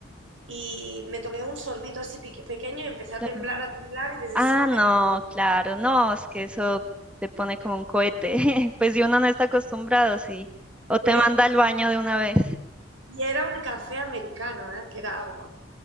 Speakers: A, on the right; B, in the centre.
A: y me tomé un sorbito así pique- pequeño y empecé
B: Claro.
A: a temblar, a temblar, y desde
B: Ah,
A: ese momento,
B: no, claro, no, es que eso te pone como un cohete. <laughs> Pues si uno no está acostumbrado, sí. O te
A: eh,
B: manda al baño de una vez.
A: y era un café americano, ¿eh? que era agua.